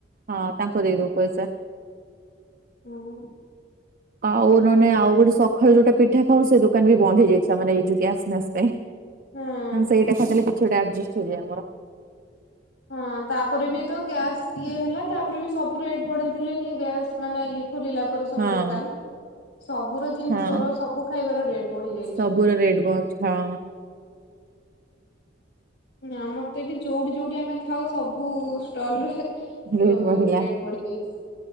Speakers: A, on the right; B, on the left.
A: ହଁ ତାଙ୍କୁ ଦେଇଦବ ପଇସା।
B: ହୁଁ
A: ଆଉ ନହେନେ ଆଉ ଗୋଟେ ସକାଳୁ ଯୋଉଟା ପିଠା ଖାଉ ସେ ଦୋକାନ ବି ବନ୍ଦ ହେଇଯାଇଥିଲା ମାନେ ଏଇ ଯୋଉ ଗ୍ୟାସ୍ ମ୍ୟାସ୍ ପାଇଁ।
B: ହୁଁ।
A: ସେଇଟା ଖାଇଦଲେ କିଛି ଗୋଟେ ଆଡଜଷ୍ଟ୍ ହେଇଯାଏ ମୋର।
B: ହଁ ତାପରେ ବି ତ ଗ୍ୟାସ୍ ଇଏ ହେଲା ତାପରେ ବି ସବୁ ରେଟ୍ ବଢେଇଥଦେଲେନି ଗ୍ୟାସ ମାନେ ଇଏ ଖୋଲିଲା ପରେ ସବୁ
A: ହଁ
B: ଦୋକାନ ସବୁର ଜିନିଷର
A: ହଁ।
B: ସବୁ ଖାଇବାର ରେଟ ବଢ଼ି ଯାଇଛି।
A: ସବୁର ରେଟ୍ ବଢ ହଁ
B: ଆମର ତ ଏଇଠି ଯୋଉଠି ଯୋଉଠି ଆମେ ଖାଉ ସବୁ ଷ୍ଟଲରେ ସବୁ
A: ରେଟ୍
B: ବହୁତ
A: ବଢିଲା।
B: ରେଟ ବଢ଼ିଯାଇଛି।